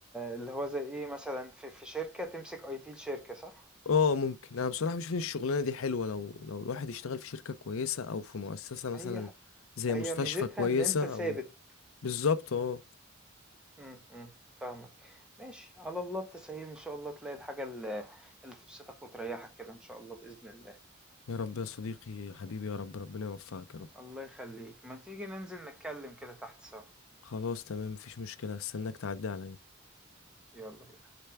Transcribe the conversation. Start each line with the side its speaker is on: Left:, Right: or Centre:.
Centre: اللي هو زي ايه مثلا في في شركة تمسك اي تي الشركة صح
Left: اه ممكن انا بصراحه بشوف ان الشغلانه دي حلوه لو لو الواحد يشتغل في شركه كويسه او في مؤسسه مثلا
Centre: هي
Left: زي
Centre: هي
Left: مستشفى
Centre: ميزتها
Left: كويسه
Centre: ان انت ثابت
Left: او بالظبط اه
Centre: امم أمم، فاهمك ماشي على الله التسهيل ان شاء الله تلاقي الحاجة اللي اللي تبسطك وتريحك كده ان شاء الله بإذن الله
Left: يا رب يا صديقي يا حبيبي يا رب ربنا يوفقك يا رب
Centre: الله يخليك ما تيجي ننزل نتكلم كده تحت سوا
Left: خلاص تمام مفيش مشكله هستناك تعدي عليا
Centre: يلا بينا